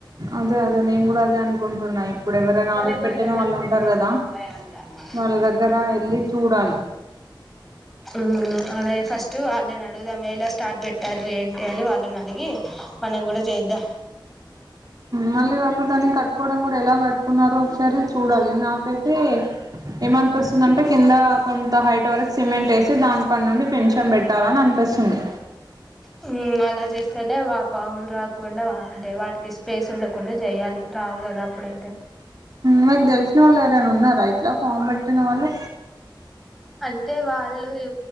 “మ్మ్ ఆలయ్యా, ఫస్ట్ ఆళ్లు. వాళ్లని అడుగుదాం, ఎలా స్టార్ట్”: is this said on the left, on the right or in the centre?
Centre